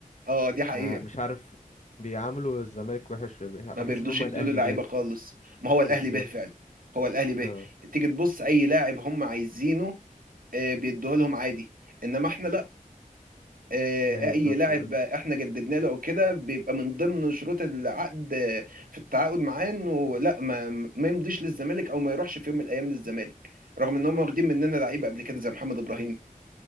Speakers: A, on the right; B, on the left.
A: اه دي حقيقه
B: ما مش عارف بيعاملوا الزمالك وحش بحس
A: ما بيرضوش
B: إن هم
A: يدوا
B: الأهلي
A: له لعيبه
B: به
A: خالص ما هو الاهلي
B: بالظبط
A: به فعلا هو الاهلي به
B: اه
A: تيجي تبص اي لاعب هم عايزينه آه، بيدوه لهم عادي انما احنا لا. آه،
B: أيوه
A: اي
B: بالظبط
A: لاعب احنا جددنا له او كده بيبقى من ضمن شروط العقد آه، في التعاقد معاه انه لا ما ما يمضيش للزمالك او ما يروحش في يوم من الايام للزمالك رغم ان هم واخدين مننا لعيبه قبل كده زي محمد ابراهيم